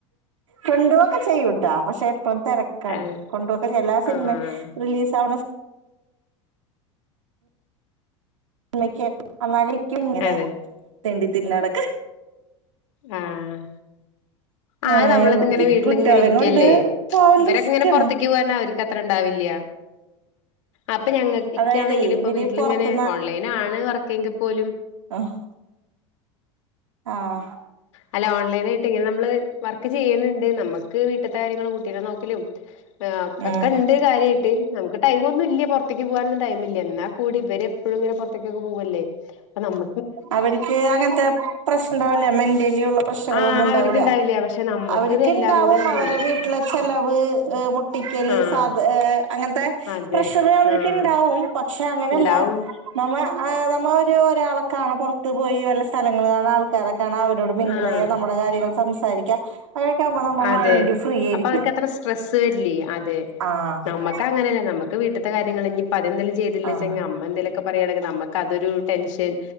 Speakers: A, on the right; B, on the left.
A: കൊണ്ടുവൊക്കെ ചെയ്യൂട്ടാ പക്ഷെ ഇപ്പം തിരക്കാണ്
B: അതെ
A: കൊണ്ടു പോക്കെ ചെയല്ലാ സിനിമ
B: ആഹ്
A: റിലീസ് ആ ഉമ്മയ്ക്ക് അന്നാലരിക്കും ഇങ്ങനെ
B: അതെ
A: തെണ്ടി തിരിഞ്ഞുന്നടക്ക
B: ആഹ് ആഹ്
A: ഏഹ്
B: നമ്മളന്ന ഇങ്ങനെ
A: ഈ
B: വീട്ടിൽ
A: കുട്ടികളേം
B: ഇങ്ങനെ ഇരിക്കല്ലേ
A: കൊണ്ട് പോവല്
B: ഇവരൊക്കെങ്ങെന
A: റിസ്ക്കാണ്
B: പുറത്തേക്ക് പോകാന അവർ ത്ര ഉണ്ടാവില്ല അപ്പൊ ഞങ്ങ ഇക്കാണെങ്കിലും
A: അതായതേ
B: ഇപ്പൊ
A: ഇവര്
B: വീട്ടിലിങ്ങനെ
A: പൊറത്ത്
B: ഓൺലൈൻ ആണ് വർക്കാണെങ്കിൽ പോലും
A: ആഹ് ആഹ്
B: അല്ല ഓൺലൈന ആയിട്ട് ഇങ്ങനെ നമ്മള് വർക്ക് ചെയ്യുന്നുണ്ട് നമ്മുക്ക് വീട്ടത്തെ കാര്യങ്ങളും കുട്ടികളെ നോക്കലും ആഹ്
A: ഉം
B: ഒക്കെ ഉണ്ട് കാര്യമായിട്ട്മുക്ക് ടൈം ഒന്നും ഇല്ല പുറത്തേക്ക് പോകാനന്നുംടൈംമല്ല എന്നാൽ കൂടി ഇവരെ എപ്പോഴും ഇങ്ങന പുറത്തേക്കൊക്കെ പോകുവല്ലേ അപ്പ നമ്മ
A: അവർക്ക് അങ്ങനത്തെ പ്രശ്നംണ്ടാവില്ല മെന്റലി ഉള്ള പ്രശ്നങ്ങളൊന്നും
B: ആഹ്
A: ഉണ്ടാവില്ല
B: അവർക്ക്ണ്ടാവില്ല പക്ഷെ നമ്മക്ക്
A: അവർക്ക്
B: ഇത് എല്ലാം
A: ഇണ്ടാവും
B: കൂടി ആവുമ്പളേ
A: അവരെടെ വീട്ടിലെ ചെലവ് പട്ടിക്കല്
B: ആഹ്
A: സാധ അങ്ങനത്തെ
B: അതെ
A: പ്രഷർ അവർക്ക്
B: ആഹ്
A: ഉണ്ടാവും പക്ഷെ അങ്ങനെയല്ല
B: ഇണ്ടാവും
A: നമ്മ നമ്മള ഒരു ഒരാള കാണൻ പുറത്ത് പോയി വല്ല സ്ഥലങ്ങ കാണാ ആൾക്കാരെ കാണാൻ അവരോട് മിങ്കിൾ
B: ആഹ്
A: ചെയ്യാ നമ്മ കാര്യങ്ങൾ സംസാരിക്കാം അങ്ങനെയൊക്കെ ആകുമ്പോ നമ്മ
B: അതെ
A: മൈഡ് ഫ്രീ ആയിരിക്കും
B: അപ്പൊ അവർക്ക് അത്ര സ്ട്രെസ്സ് വരിലേ അതെ
A: ആഹ്
B: ഒക്ക അങ്ങനല്ല നമുക്ക് വീട്ടിത്തെ കാര്യങ്ങള് ഇനിപ്പ അതെന്തെങ്കിലും ചെയ്തില്ലാച
A: ആഹ്
B: അമ്മ എന്തെലൊക്കെ പറയാണെങ്കിൽ നമക്ക് അതൊരു ടെൻഷൻ